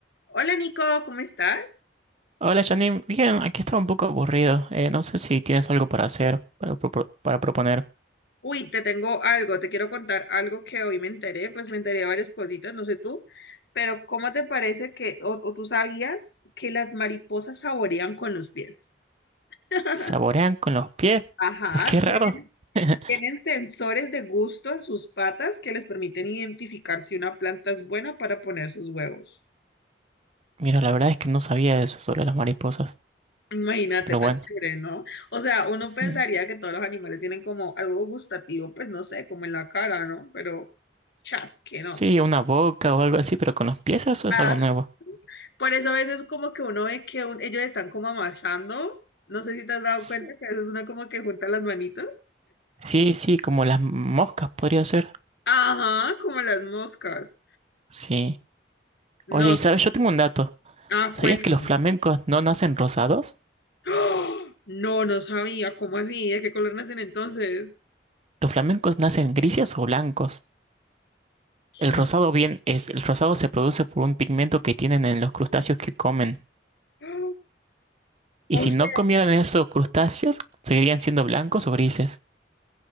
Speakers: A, on the left (about 65°); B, on the right (about 35°).
A: Hola Nico, ¿cómo estás?
B: Hola Janine, bien, aquí estaba un poco aburrido. Eh, no sé si tienes algo para hacer, para, propo- para proponer.
A: Uy, te tengo algo, te quiero contar algo que hoy me enteré, pues me enteré de varias cositas, no sé tú, pero ¿cómo te parece que, o, o tú sabías que las mariposas saborean con los pies? <laughs>
B: ¿Saborean con los pies?
A: Ajá,
B: Pues qué raro.
A: tienen,
B: <laughs>
A: tienen sensores de gusto en sus patas que les permiten identificar si una planta es buena para poner sus huevos.
B: Mira, la verdad es que no sabía eso sobre las mariposas.
A: Imagínate,
B: Pero
A: tan
B: bueno,
A: chévere, ¿no? O sea, uno
B: sí.
A: pensaría que todos los animales tienen como algo gustativo, pues no sé, como en la cara, ¿no? Pero chas, que no.
B: Sí, una boca o algo así, pero con los pies eso es
A: Ah,
B: algo nuevo.
A: Por eso a veces como que uno ve que un- ellos están como amasando. No sé si te has dado
B: S-
A: cuenta que a veces uno como que junta las manitas.
B: Sí, sí, como las moscas podría ser.
A: Ajá, como las moscas.
B: Sí.
A: No,
B: Oye, y sabes, yo tengo un dato.
A: ah,
B: ¿Sabías
A: cuéntame.
B: que los flamencos no nacen rosados?
A: ¡Oh! No, no sabía. ¿Cómo así? ¿De qué color nacen entonces?
B: Los flamencos nacen grises o blancos.
A: ¿Qué?
B: El rosado bien es, el rosado se produce por un pigmento que tienen en los crustáceos que comen.
A: ¡Oh!
B: Y
A: O
B: si
A: sea,
B: no comieran esos crustáceos, seguirían siendo blancos o grises.